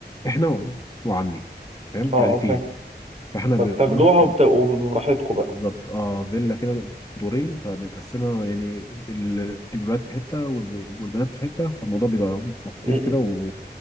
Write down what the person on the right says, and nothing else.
اه
اه فاهم
طب
تاخدوها وبتبقوا براحتكم بقى
م-م.